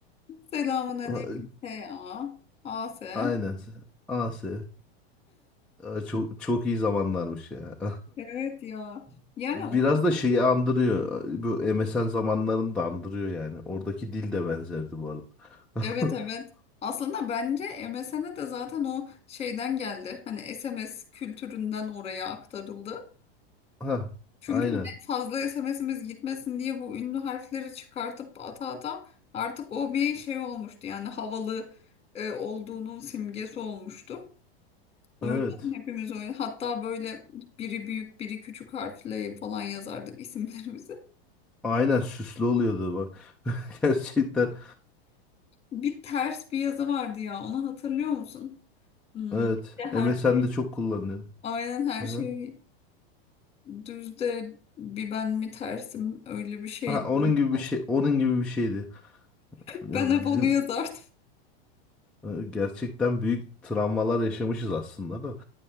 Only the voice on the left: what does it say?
Selamun aleyküm
S.A. A.S.
Evet ya.
Yani
okul.
Evet evet.
Aslında bence MSN'e de zaten o şeyden geldi. Hani SMS kültüründen oraya aktarıldı.
Çünkü
hani fazla SMS'imiz gitmesin diye bu ünlü harfleri çıkartıp ata ata artık o bir şey olmuştu. Yani havalı e, olduğunun simgesi olmuştu. O
yüzden hepimiz öyle. Hatta böyle biri büyük biri küçük harfle falan yazardık <laughs> isimlerimizi.
Bir ters bir yazı vardı ya. Onu hatırlıyor musun? Hmm,
işte her
şey
aynen her
şey düz de bir ben mi tersim öyle bir şeydi.
Ters.
Ben hep
onu yazardım.